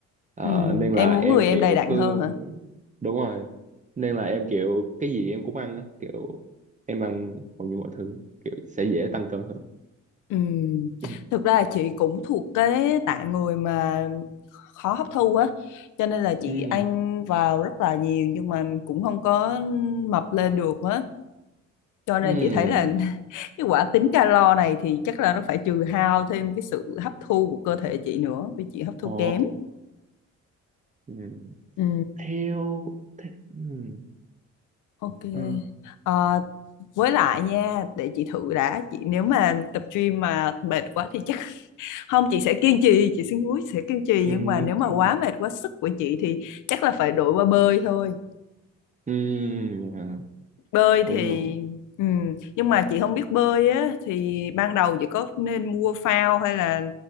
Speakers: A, on the right; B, on the left.
A: Ờ,
B: Ừm,
A: nên
B: em
A: là
B: muốn
A: em
B: người
A: kiểu
B: em đầy đặn
A: cứ
B: hơn hả
A: đúng rồi nên là em kiểu cái gì em cũng ăn á kiểu em ăn hầu như mọi thứ kiểu sẽ dễ tăng cân hơn
B: Ừ,
A: <clears throat>
B: Thực ra là chị cũng thuộc cái tạng người mà khó hấp thu á cho nên là chị
A: ừ
B: ăn vào rất là nhiều nhưng mà cũng không có mập lên được á cho nên
A: ừ
B: chị thấy là <laughs> cái quả tính calo này thì chắc là nó phải trừ hao thêm cái sự hấp thu của cơ thể chị nữa vì chị hấp thu
A: ồ
B: kém
A: ừ.
B: Ừ,
A: theo ừ.
B: ok
A: Ờ,
B: Ờ, với lại nha để chị thử đã chị nếu mà tập gym mà mệt quá thì chắc không chị sẽ kiên trì chị xin húi sẽ kiên trì
A: ừ.
B: nhưng mà nếu mà
A: thì-
B: quá mệt quá sức của chị thì chắc là phải đổi qua bơi thôi
A: ừ, dạ,
B: bơi thì
A: đúng rồi
B: ừ, nhưng mà chị không biết bơi á thì ban đầu chị có nên mua phao hay là